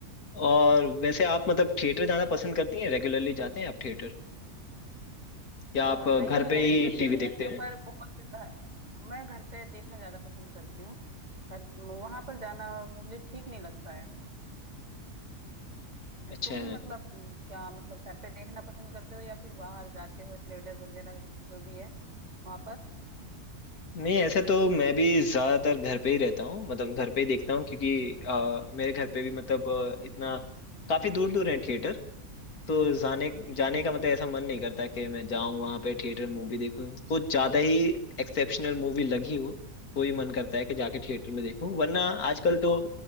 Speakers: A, on the left (about 80°); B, on the right (about 30°).
A: और वैसे आप मतलब थिएटर जाना
B: तो
A: पसंद करती हैं रेगुलरली जाते हैं आप थिएटर या
B: अ,
A: आप घर
B: नहीं मैं
A: पे
B: रेगुलरली
A: ही टीवी
B: नहीं जाती
A: देखते
B: हूँ
A: हैं
B: पर बहुत घ- मैं घर पे देखना ज्यादा पसंद करती हूँ घर वहां पर जाना मुझे ठीक नहीं लगता है
A: अच्छा
B: तुम मतलब अम, क्या मतलब घर पे देखना पसंद करते हो या फिर बाहर जाते हो थिएटर वगैरह जो भी है वहां पर
A: नहीं ऐसे तो मैं भी ज्यादातर घर पे ही रहता हूँ मतलब घर पे ही देखता हूँ क्योंकि अ, मेरे घर पे भी मतलब अ, इतना काफी दूर दूर है थिएटर तो जाने जाने का मतलब ऐसा मन नहीं करता कि मैं जाऊं वहां पे थिएटर मूवी देखूं कुछ ज्यादा ही एक्सेप्शनल मूवी लगी हो तो ही मन करता है कि जाके थिएटर में देखूं वरना आजकल तो